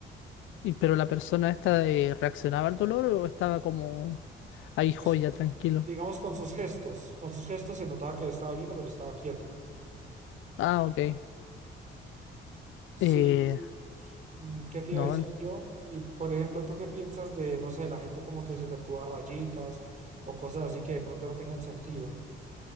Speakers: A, on the left; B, on the right.
A: Y, pero la persona esta eh, reaccionaba al dolor o estaba como ahí joya,
B: Pues,
A: tranquilo.
B: digamos, con sus gestos. Con sus gestos se notaba que le estaba doliendo, pero estaba quieto.
A: Ah, ok.
B: Sí.
A: Eh,
B: Mm, ¿Qué te
A: no.
B: iba a decir
A: en-
B: yo? Y por ejemplo, ¿tú qué piensas de, no sé, la gente como que se tatúa rayitas o cosas así que de pronto no tengan sentido?